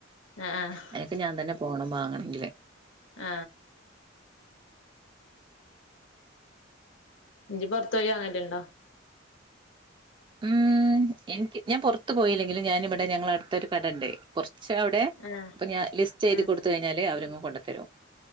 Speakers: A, on the left; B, on the right.
A: ആഹ് ആഹ് ആഹ്
B: അയിനൊക്കെ ഞാൻ തന്നെ - പോണം വാങ്ങണെങ്കില്
A: അ ഇഞ്ചി പൊറത്ത് പോയി വാങ്ങ്ന്തേലും ഇണ്ടോ
B: ഉം എനിക്ക് ഞാൻ പുറത്ത് പോയില്ലെങ്കിലും ഞാനിവിടെ ഞങ്ങളടുത്തൊരു കടണ്ട് കുറച്ച് അവിടെ
A: ആഹ്
B: ഇപ്പൊ ഞാൻ ലിസ്റ്റ് എയ്തി
A: ആഹ്
B: കൊടുത്ത് കഴിഞ്ഞാല് അവരങ്ങ് കൊണ്ടത്തരും